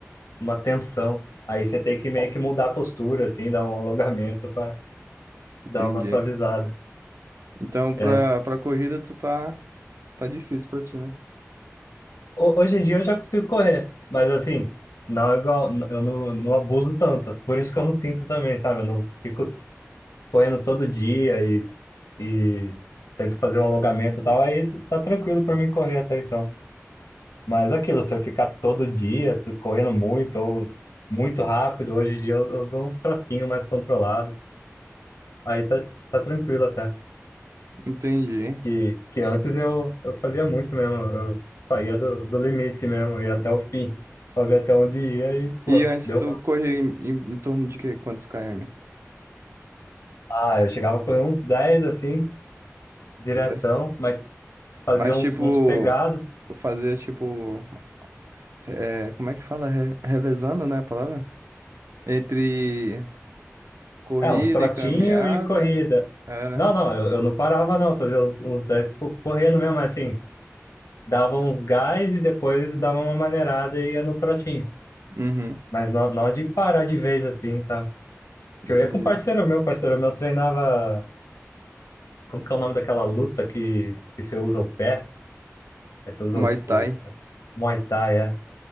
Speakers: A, on the left (about 85°); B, on the right (about 65°).
A: uma tensão. Aí você tem que meio que mudar a postura, assim, dar um alongamento pra
B: Entendi.
A: dar uma suavizada.
B: Então, pra,
A: É.
B: pra corrida, tu tá, tá difícil pra ti, né?
A: ho- hoje em dia eu já consigo correr, mas assim, não é igual, eu não, não abuso tanto. Por isso que eu não sinto também, sabe? Eu não fico correndo todo dia e, e tento fazer um alongamento e tal, aí tá tranquilo pra mim correr até então. Mas aquilo, se eu ficar todo dia tu- correndo muito ou muito rápido, hoje em dia eu, eu dou uns trotinhos mais controlados, aí tá, tá tranquilo até.
B: Entendi.
A: que, que antes eu, eu fazia muito mesmo, eu saía do, do limite mesmo, ia até o fim, pra ver até onde ia e, pô,
B: E antes
A: deu
B: tu
A: mal.
B: corria em, em, em torno de quê? Quantos km?
A: Ah, eu chegava com uns 10 assim, diretão,
B: 10 km.
A: mas fazia
B: Mas,
A: uns,
B: tipo,
A: uns pegados,
B: fazer, tipo, é, como é que fala? Re- revezando, né, a palavra? Entre corrida
A: é, uns trotinho
B: e caminhada,
A: e corrida.
B: é, né?
A: Não, não, eu, eu não parava não, fazia uns, uns 10 co- correndo mesmo, mas assim, dava uns gás e depois dava uma maneirada e ia no trotinho.
B: Uhum,
A: Mas não, não de parar de vez assim, sabe? Porque
B: entendi.
A: eu ia com um parceiro meu, parceiro meu treinava Como que é o nome daquela luta que, que você usa o pé? Aí Você usa
B: Muay
A: o, o
B: Thai.
A: Muay Thai, é.